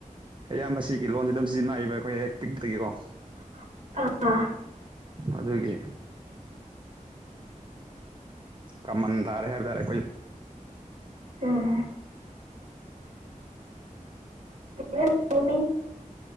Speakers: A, on the right; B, on the right.
A: ꯑꯩꯌꯥꯝꯕ ꯁꯤꯒꯤ ꯂꯣꯟꯁꯤ ꯑꯗꯨꯝ ꯁꯤꯖꯤꯟꯅꯏꯕ ꯑꯩꯈꯣꯏ ꯍ°ꯛ ꯄꯤꯛꯇꯒꯤꯀꯣ
B: <unintelligible>
A: ꯑꯗꯨꯒꯤ ꯀꯃꯟ ꯇꯥꯔꯦ ꯍꯥꯏꯕ <unintelligible> ꯇꯥꯔꯦ
B: ꯎꯝ <unintelligible>